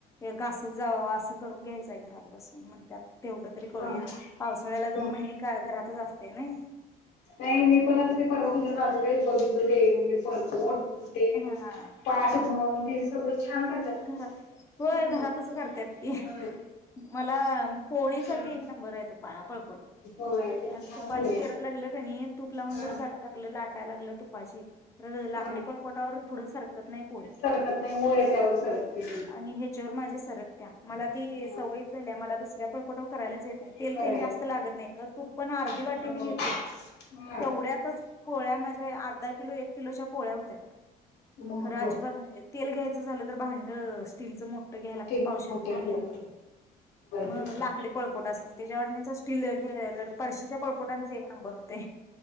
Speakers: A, on the left; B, on the left.
A: घासच जावावा अस करून घ्यायचंय घरात बसून म्हण त्यात तेवढ तरी करूया
B: हा हा
A: पावसाळ्याला दोन
B: हो
A: महिने का घरातच असते नई
B: नाही मी पण आता ते परवा तुझ्या असकडेच बघितलं ते म्हणजे फफोट ते
A: हा
B: पाच म्हणून ते सगळं छान करतात.
A: घरात हो
B: हम्म.
A: घरात अस करतात की
B: हम्म.
A: मला पोळीच
B: हम्म.
A: साठी एक नंबर आहे तो पाळ पोळपाट.
B: होय ते
A: आणि
B: छान
A: तुपाची
B: झालंय
A: किरा लागल क नाही तूप लावून
B: हा
A: जर कराव लागलं लाट कराय लागलं तुपाची लाकडी
B: हा
A: पोळपाटावर पुढं सरकत नाही पोळी
B: सरकत नाही होय त्यावर सरकते.
A: आणि ह्याच्यावर माझेस सरकतीया मला ती
B: हा
A: सवयच झालीया, मला दुसऱ्या पोळपाटावर करायलाच येत ना य तेल
B: कराय
A: तेन जास्त लागत नाहीत ग. तूप पण अर्धी
B: होय.
A: वाटी मी घेतोय
B: हा
A: तेवढ्यातच पोळ्या माझ्या अर्धा किलो एक किलोच्या पोळ्या होत्या
B: मग
A: खर
B: बघ
A: अजिबात म्हणजे तेल घ्यायचं झालं क तर भांड स्टीलचं मोठं घ्यायला लाग
B: ठीक
A: तर पावशेर
B: मोठे
A: तेल
B: होय
A: घ्यायला लागतंय, मग
B: तेच
A: लाकडी
B: ना.
A: पोळपाट असतंय त्याच्या वाटणीच स्टील हे परशीच्या पळपोटांचा एक नंबर हो ते